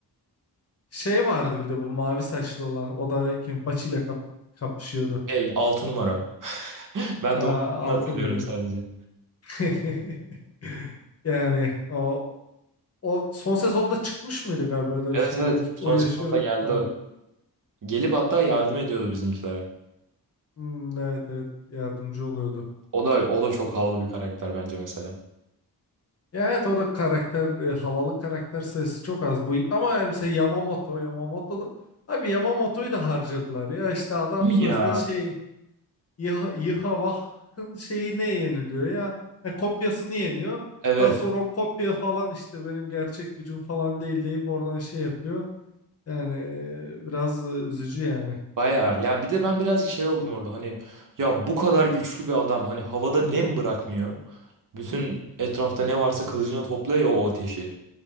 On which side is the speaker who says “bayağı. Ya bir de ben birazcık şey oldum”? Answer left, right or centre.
Right